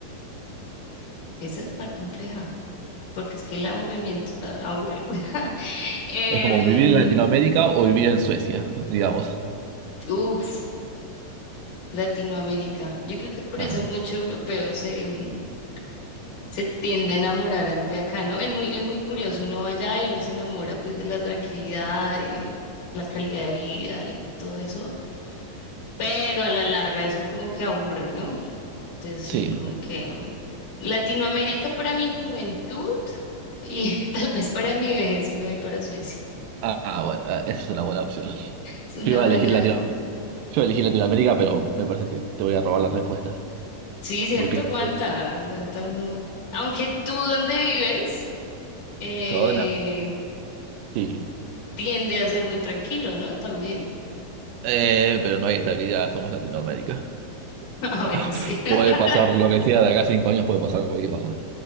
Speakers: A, on the left; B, on the right.
A: Esa está compleja, porque es que el aburrimiento está aburrido. <laughs> Em,
B: Es como vivir en Latinoamérica o vivir en Suecia, <laughs> digamos.
A: uf, Latinoamérica. Yo creo que por
B: Ah,
A: eso muchos europeos se, mm, se tiende a enamorar a- de acá, ¿no? Es muy, es muy curioso, uno va allá y uno se enamora pues de la tranquilidad, de la calidad de vida y todo eso, pero a la larga eso como que aburre, ¿no? Entonces
B: sí.
A: sí, como que mm, Latinoamérica para mi juventud y <laughs> tal vez para mi vejez sí me voy para Suecia.
B: Ah, bueno, eh, esa es una buena opción.
A: Es una
B: Yo iba
A: buena.
B: a elegir Latino- yo iba a elegir Latinoamérica, pero me parece que te voy a robar la respuesta.
A: Sí, cierto,
B: Porque <laughs>
A: aguanta,
B: eh,
A: aguanta uno. Aunque tú donde vives eh,
B: yo, de Nar- sí.
A: tiende a ser muy tranquilo, ¿no? También. <laughs>
B: Eh, pero no hay estabilidad, somos Latinoamérica.
A: Ah,
B: <laughs>
A: bueno, sí. <laughs>
B: Puede pasar lo que sea, de acá a cinco años puede pasar cualquier cosa.